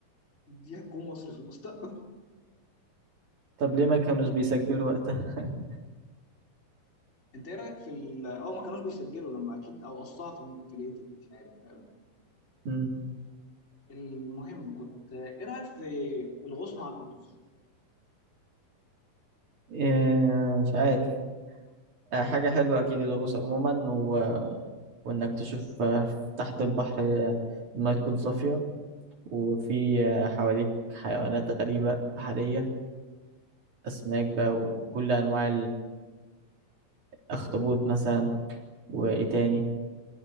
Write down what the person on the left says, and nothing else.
دي هتكون مصر في المستقبل
انت ايه رايك في ال اه ما كانوش بيسجلوا لما اكيد او قصها في ال- في الايديت مش عارف بأمانة.
المهم كنت ايه رايك في الغوص مع القروش
مم.